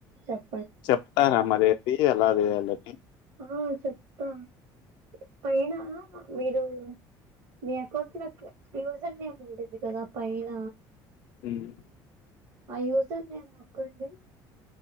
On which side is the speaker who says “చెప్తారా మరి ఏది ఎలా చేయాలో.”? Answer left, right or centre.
Left